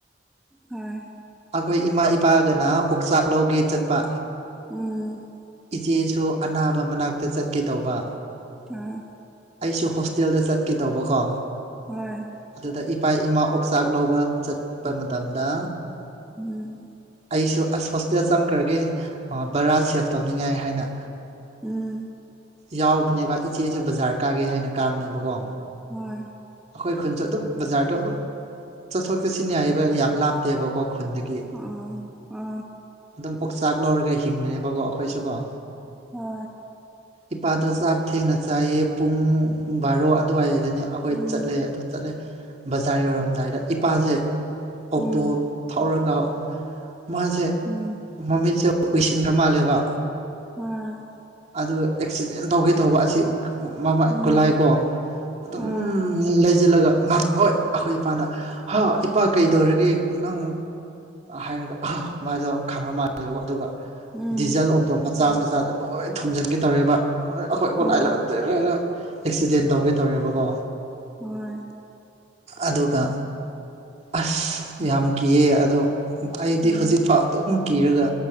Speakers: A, in the centre; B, on the right.
A: ꯍꯣꯏ
B: ꯑꯩꯈꯣꯏ ꯏꯃꯥ ꯏꯄꯥꯒꯅ ꯑꯣꯛꯆꯥꯛ ꯂꯧꯒꯦ ꯆꯠꯄ
A: ꯎꯝ
B: ꯏꯆꯦꯁꯨ ꯑꯅꯥꯕ ꯃꯅꯥꯛꯇ ꯆꯠꯀꯦ ꯇꯧꯕ
A: ꯑ
B: ꯑꯩꯁꯨ ꯍꯣꯁꯇꯦꯜꯗ ꯆꯠꯀꯦꯗꯧꯕꯀꯣ
A: ꯍꯣꯏ
B: ꯑꯗꯨꯗ ꯏꯄꯥ ꯏꯃꯥ ꯑꯣꯛꯆꯥꯛ ꯂꯧꯕ ꯆꯠꯄ ꯃꯇꯝꯗ
A: ꯎꯝ
B: ꯑꯩꯁꯨ ꯑꯁ ꯍꯣꯁꯇꯦꯜ ꯆꯪꯈ꯭ꯔꯒꯦ ꯕꯔꯥ ꯁꯦꯞ ꯇꯧꯅꯤꯡꯉꯥꯏ ꯍꯥꯏꯅ
A: ꯎꯝ
B: ꯌꯥꯎꯕꯅꯦꯕ ꯏꯆꯦꯁꯨ ꯕꯖꯥꯔ ꯀꯥꯒꯦ ꯍꯥꯏꯅ ꯀꯥꯕꯅꯦꯕꯀꯣ
A: ꯍꯣꯏ
B: ꯑꯩꯈꯣꯏ ꯈꯨꯟꯁꯨ ꯑꯗꯨꯝ ꯕꯖꯥꯔꯗꯣ ꯑꯗꯨꯝ ꯆꯠꯊꯣꯛ ꯆꯠꯁꯤꯟ ꯌꯥꯏꯕ ꯌꯥꯝ ꯂꯥꯞꯄ ꯠꯇꯦꯕꯀꯣ ꯈꯨꯟꯗꯒꯤ
A: ꯑꯣ ꯎ
B: ꯑꯗꯨꯝ ꯑꯣꯛꯆꯥꯛ ꯂꯧꯔꯒ ꯍꯤꯡꯕꯅꯦꯕꯀꯣ ꯑꯩꯈꯣꯏꯁꯨ ꯀꯣ
A: ꯍ
B: ꯏꯄꯥꯗꯣ ꯆꯥꯛ ꯊꯦꯡꯅ ꯆꯥꯏꯌꯦ ꯄꯨꯡ ꯕꯥꯔꯣ ꯑꯗꯨꯋꯥꯏꯗꯅꯦ ꯑꯩꯈꯣꯏ
A: ꯎꯝ
B: ꯆꯠꯂꯦ ꯑꯗꯨ ꯆꯠꯂꯦ ꯕꯖꯥꯔ ꯌꯧꯔꯝꯗꯥꯏꯗ ꯏꯄꯥꯁꯦ ꯑꯣꯛꯇꯣ
A: ꯎꯝ
B: ꯊꯧꯔꯒ ꯃꯥꯁꯦ
A: ꯎꯝ
B: ꯃꯃꯤꯠꯁꯦ ꯀꯨꯏꯁꯤꯟꯈ꯭ꯔ ꯃꯥꯜꯂꯦꯕ
A: ꯑꯝ
B: ꯑꯗꯨꯒ ꯑꯦꯛꯁꯤꯗꯦꯟ ꯇꯧꯒꯦ ꯇꯧꯕ ꯑꯁꯤ ꯃꯃ
A: ꯎꯝ
B: ꯒꯨꯂꯥꯏ ꯀꯣ ꯑꯗꯨꯝ
A: ꯍꯣꯏ
B: ꯂꯩꯁꯤꯜꯂꯒ ꯉ ꯍꯣꯏ ꯑꯩꯈꯣꯏ ꯏꯄꯥꯅ ꯍꯥ ꯏꯄꯥ ꯀꯩꯗꯧꯔꯒꯦ ꯅꯪ ꯍꯥꯏꯔꯒ ꯃꯗꯣ ꯈꯪꯈ꯭ꯔ ꯃꯥꯜꯦꯕ ꯑꯗꯨꯒ
A: ꯎꯝ
B: ꯗꯤꯖꯜ ꯑꯣꯛꯇꯣ ꯃꯆꯥ ꯃꯆꯥꯗ ꯂꯣꯏ ꯊꯨꯝꯝꯖꯤꯟꯒꯦ ꯇꯧꯔꯦꯕ ꯑꯩꯈꯣꯏ ꯈꯨꯣꯂꯥꯏ
A: ꯍꯣꯏ
B: ꯂꯛꯑꯗꯦ ꯂꯣꯏꯅ ꯑꯦꯛꯁꯤꯗꯦꯟ ꯇꯧꯒꯦ ꯇꯧꯔꯦꯕꯀꯣ
A: ꯍꯔ
B: ꯑꯗꯨꯒ ꯑꯁ ꯌꯥꯝ ꯀꯤꯌꯦ ꯑꯗꯣ ꯑꯩꯗꯤ
A: ꯎꯝ
B: ꯍꯧꯖꯤꯛꯐꯥꯎ ꯑꯗꯨꯝ ꯀꯤꯔꯒ